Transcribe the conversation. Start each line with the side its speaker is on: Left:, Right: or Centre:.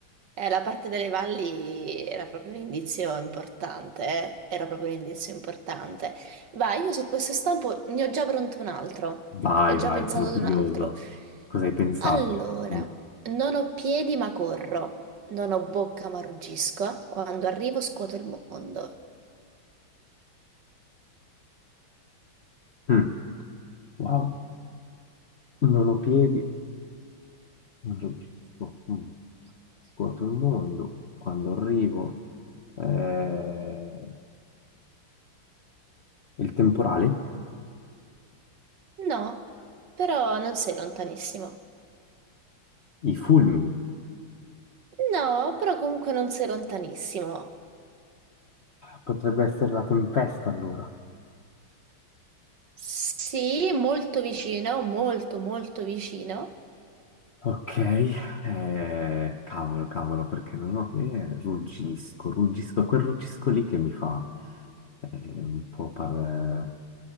Right: Eh, la parte delle valli era proprio un indizio importante, eh? Era proprio un indizio importante. Vai, io su questo stampo ne ho già pronto un altro,
Left: Vai,
Right: ho già
Left: vai,
Right: pensato
Left: sono
Right: ad
Left: curioso.
Right: un altro.
Left: Cosa hai pensato?
Right: Allora,
Left: Mm.
Right: non ho piedi ma corro, non ho bocca ma ruggisco, quando arrivo scuoto il mondo.
Left: Mm. Wow, non ho piedi, non registro. Mm. Scuoto il mondo. Quando arrivo, eh, il temporale,
Right: No, però non sei lontanissimo.
Left: i fulmini.
Right: No, però comunque non sei lontanissimo.
Left: Potrebbe essere la tempesta allora.
Right: Sì, molto vicino, molto molto vicino.
Left: Ok, eh, cavolo, cavolo, perché non ho piedi. eh, Ruggisco, ruggisco, quel ruggisco lì che mi fa eh, un po' par...